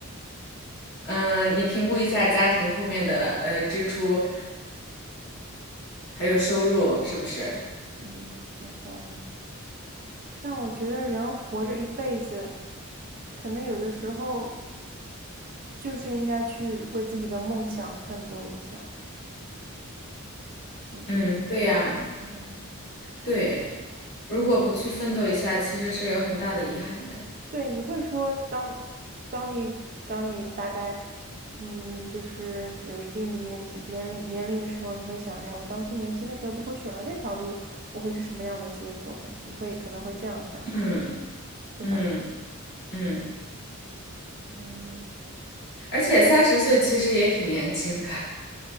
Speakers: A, on the left (about 50°); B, on the right (about 40°).
A: 嗯，呃你评估一下家庭后面的呃支出，还有收入，是不是？
B: 嗯，有道理。但我觉得人活着一辈子，可能有的时候就是应该去为自己的梦想奋斗一下，你觉得？
A: 嗯，对呀，
B: 嗯，
A: 对。如果不去奋斗一下，其实是有很大的遗憾的。
B: 对，你会说当，当你当你大概，嗯，就是有一定年纪年龄年龄的时候，你会想，哎呀，我当初年轻的时候如果选了那条路，我会是什么样的结果呢？你会可能会这样想，
A: 嗯
B: 对吧？
A: 嗯嗯，
B: 嗯，
A: 而且三十岁其实也挺年轻的。<laughs>